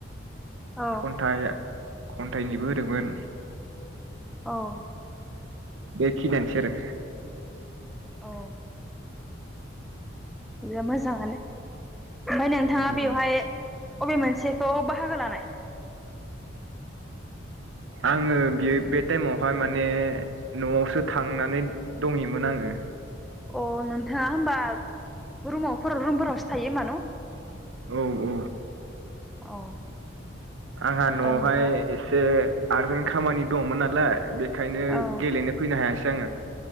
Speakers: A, in the centre; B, on the right (about 75°).
A: औ
B: खन्थाइ खन्थाइनिबो होदोंमोन
A: औ। <inaudible>
B: खिनियानोसै आरो।
A: औ। बेयो मोजाङानो। ओमफ्राय नोंथाङा
B: आरो
A: बेवहाय अबे मोनसेखौ बाहागो लानाय?
B: आङो बे बे टाइमावहाय माने न'आवसो थांनानै दंहैयोमोन आङो।
A: अ नोंथाङा होमबा रुमाव रुमफोरावसो थायो होमबा न'?
B: औ औ।
A: औ
B: आंहा न'आवहाय
A: बा नोंथाङा
B: एसे आरजेन्ट खामानि दंमोन नालाय बे ओंखायनो
A: औ
B: गेलेनो फैनो हायासै आङो